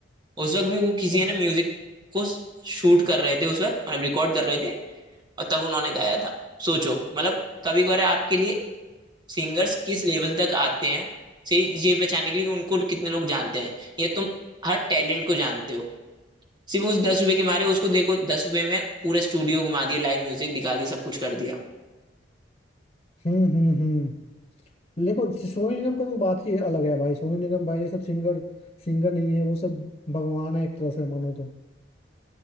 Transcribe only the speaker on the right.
उस वक्त भी वो किसी
है ना म्यूजिक को शूट कर रहे थे उस वक्त मतलब रिकॉर्ड कर रहे थे और तब उन्होंने गाया था सोचो मतलब कभी कभार आपके लिए सिंगर्स किस लेवल तक आते हैं से ये पहचानने के लिए उनको कितने लोग जानते हैं या तुम हर टैलेंट को जानते हो सिर्फ उस दस रुपए के मारे उसको देखो दस रुपए में पूरे स्टूडियो घुमा दिया लाइव म्यूजिक दिखा दिया सब कुछ कर दिया